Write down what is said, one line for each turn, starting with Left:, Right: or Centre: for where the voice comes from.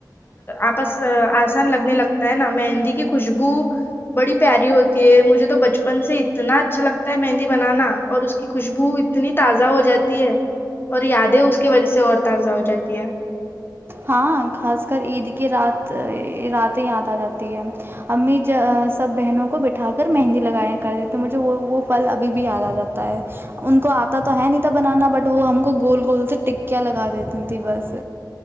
Left: آپس آسان لگنے لگتا ہے نا مہندی کی خوشبو بڑی پیاری ہوتی ہے مجھے تو بچپن سے اتنا اچھا لگتا ہے مہندی بنانا اور اس کی خوشبو اتنی تازہ ہو جاتی ہے اور یادیں اس کی وجہ سے اور تازہ ہو جاتی ہے
Right: ہاں خاص کر عید کی رات راتیں یاد آ جاتی ہے امی سب بہنوں کو بٹھا کر مہندی لگائیایں کر دیتی مجھے وہ وہ پھل ابھی بھی یاد آ جاتا ہے ان کو آتا تو ہے نہیں تھا بنانا بٹ وہ ہم کو گول گول سے ٹکیاں لگا دیتی تھیں بس